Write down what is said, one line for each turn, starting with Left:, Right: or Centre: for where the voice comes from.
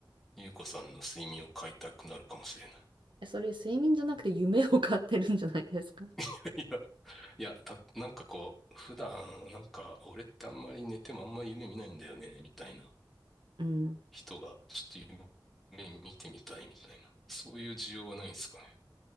Centre: ゆうこさんの睡眠を買いたくなるかもしれない。
Right: えそれ、睡眠じゃなくて夢を買ってるんじゃないですか。<laughs>
Centre: <laughs> いや、いや、た、なんかこう、普段、なんか、俺ってあんまり寝てもあんまり夢見ないんだよね、みたいな
Right: うん。
Centre: 人が、ちょっと夢見てみたいみたいな。そういう需要はないですかね